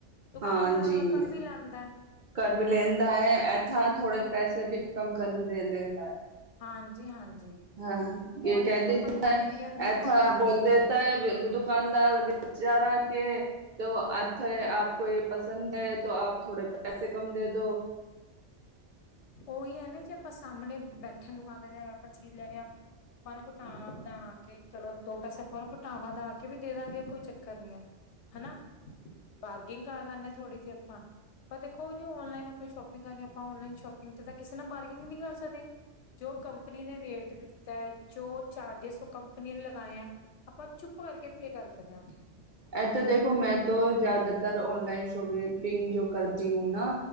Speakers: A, on the left (about 70°); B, on the right (about 55°).
A: ਦੁਕਾਨਦਾਰ
B: ਹਾਂਜੀ
A: ਅਗਲਾ ਘਰ ਵੀ ਲੈਂਦਾ
B: ਕਰ ਵੀ ਲੈਂਦਾ ਹੈ, ਇਥਾ ਥੋੜੇ ਪੈਸੇ ਵੀ ਕਮ ਕਰ ਲੈਂਦਾ ਹੈ
A: ਹਾਂਜੀ -ਹਾਂਜੀ
B: ਹਾਂ
A: ਔਨਲਾਈਨ
B: ਕਹਿੰਦੇ,
A: ਤਾਂ ਆਪਾਂ ਨੂੰ ਜਿੰਨੀ ਦੀਆਂ ਨਹੀਂ
B: ਇਥਾਂ
A: ਪਾਉਣੇ ਪੈਂਦੇ
B: ਬੋਲਦੇ
A: ਆ
B: ਹੈ ਦੁਕਾਨਦਾਰ ਬੇਚਾਰਾ ਕੇ ਅੱਥਾ ਹੈ ਆਪ ਕੋ ਇਹ ਪਸੰਦ ਹੈ ਤਾਂ ਆਪ ਥੋੜੇ ਪੈਸੇ ਕਮ ਦੇ ਦੋ
A: ਉਹੀ ਹੈ ਨਾ ਜੇ ਆਪਾਂ ਸਾਹਮਣੇ ਬੈਠੇ ਦੁਕਾਨਦਾਰ ਆਪਾਂ ਚੀਜ ਲੈ ਲਿਆ ਆਪਾਂ ਨੂੰ ਘਟਾ ਵਢਾ ਕੇ ਚਲੋ ਦੋ ਪੈਸੇ ਆਪਾਂ ਉਹ ਨੂੰ ਘੁਟਾਵਾਂ ਕੇ ਵੀ ਦੇ ਦਾਂਗੇ ਕੋਈ ਚੱਕਰ ਨੀ ਹੈ। ਹਨਾ ਪਾਰਕਿੰਗ ਕਰ ਲੈਂਦੇ ਹਾਂ ਥੋੜੀ ਜਿਹੀ ਆਪਾਂ। ਪਰ ਦੇਖੋ ਜੀ ਔਨਲਾਈਨ ਆਪਾਂ ਸ਼ੋਪਿੰਗ ਕਰੀ ਹ ਆਪਾਂ ਔਨਲਾਈਨ ਸ਼ੋਪਿੰਗ ਤੇ ਤਾਂ ਕਿਸੇ ਨਾਲ ਬਾਰਗਿੰਗ ਨਹੀਂ ਕਰ ਸਕਦੇ। ਜੋ ਕੰਪਨੀ ਨੇ ਰੇਟ ਦਿੱਤਾ ਹੈ ਜੋ ਚਾਰਜਿਸ ਉਹ ਕੰਪਨੀ ਨੇ ਲਗਾਏ ਆ। ਆਪਾਂ ਚੁੱਪ ਕਰਕੇ ਪੇ ਕਰ ਦਿੰਨੇ ਹਾਂ ਉੱਥੇ।
B: ਇਥੇ ਦੇਖੋ ਮੈਂ ਤਾਂ ਜ਼ਿਆਦਾਤਰ ਔਨਲਾਈਨ ਸ਼ੋਪਿੰਗ ਜੋ ਕਰਦੀ ਹੂੰ ਨਾ